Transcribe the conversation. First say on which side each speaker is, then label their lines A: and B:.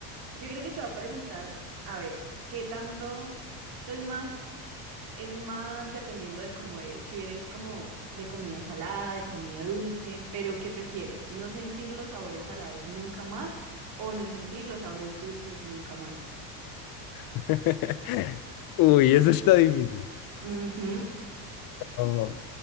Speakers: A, on the right; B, on the left.
A: yo creo que te va a preguntar, a ver, ¿qué tanto, esto es más es más dependiendo de cómo eres. Si eres como de comida salada, de comida dulce, pero ¿qué prefieres? ¿No sentir los sabores salados nunca más o no sentir los sabores dulces nunca más?
B: <laughs> Uy, eso está difícil.
A: Ujú,
B: Oh,